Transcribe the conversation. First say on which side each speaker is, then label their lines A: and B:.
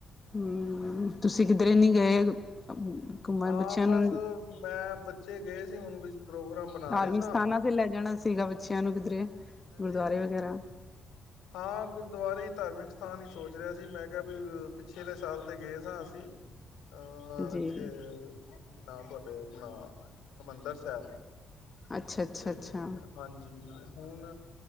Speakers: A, on the left; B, on the left.
A: ਹਮ ਤੁਸੀਂ ਕਿਧਰੇ ਨਹੀਂ ਗਏ ਘੁੰਮਣ
B: ਹਾਂ
A: ਬੱਚਿਆਂ
B: ਬਸ
A: ਨੂੰ
B: ਮੈਂ ਬੱਚੇ ਗਏ ਸੀ ਹੁਣ ਪ੍ਰੋਗਰਾਮ ਬਣਾ
A: ਧਾਰਮਿਕ
B: ਰਹੇ ਸਾਂ
A: ਸਥਾਨਾਂ ਤੇ ਲੈ ਜਾਣਾ ਸੀਗਾ ਬੱਚਿਆਂ ਨੂੰ ਕਿਧਰੇ
B: ਹਾਂਜੀ
A: ਗੁਰਦੁਆਰੇ ਵਗੈਰਾ।
B: ਹਾਂ ਗੁਰਦੁਆਰੇ ਹੀ ਧਾਰਮਿਕ ਸਥਾਨ ਹੀ ਸੋਚ ਰਿਹਾ ਸੀ ਮੈਂ ਕਿਹਾ ਵੀ ਪਿਛਲੇ ਸਾਲ ਤੇ ਗਏ ਸਾਂ ਅਸੀਂ
A: <inaudible>
B: ਅਹ
A: ਜੀ
B: ਇੱਥੇ ਕੀ ਨਾਂ ਤੁਹਾਡੇ ਅਪਣਾ ਹਰਿਮੰਦਰ ਸਾਹਿਬ।
A: ਅੱਛਾ ਅੱਛਾ
B: ਤੇ
A: ਅੱਛਾ
B: ਹਾਂਜੀ ਹੁਣ